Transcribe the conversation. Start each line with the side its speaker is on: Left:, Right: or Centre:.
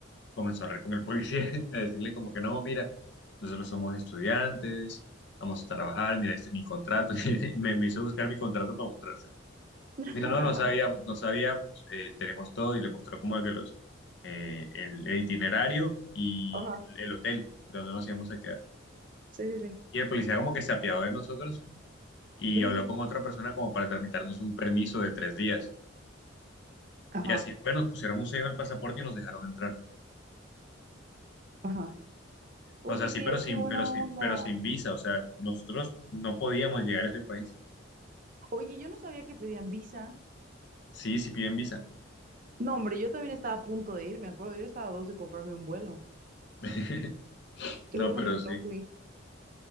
Left: comenzó a hablar con el policía, <laughs> a decirle como que no, mira, nosotros somos estudiantes, vamos a trabajar, mira, este es mi contrato. <laughs> Y Me, me hizo buscar mi contrato para mostrárselo.
Right: <laughs>
Left: Dijo, no, no sabíamos, no sabíamos, eh, tenemos todo y le mostró como que los, eh, el, el itinerario y
Right: Ajá,
Left: el hotel donde nos íbamos a quedar.
Right: sí, sí, sí.
Left: Y el policía como que se apiadó de nosotros y
Right: Ujú,
Left: habló con otra persona como para tramitarnos un permiso de tres días.
Right: Ajá,
Left: Y así, pues, nos pusieron un sello en el pasaporte y nos dejaron entrar.
Right: ajá. Oye,
Left: O sea, sí,
Right: qué,
Left: pero sin,
Right: qué buena
Left: pero
Right: onda.
Left: sí, pero sin visa. O sea, nosotros no podíamos llegar a ese país.
Right: Oye, yo no sabía que pedían visa.
Left: Sí, sí piden visa.
Right: No, hombre, yo también estaba a punto de ir, me acuerdo. Yo estaba a dos de comprarme un vuelo.
Left: <laughs>
Right: Qué
Left: No,
Right: bueno
Left: pero
Right: que no
Left: sí.
Right: fui.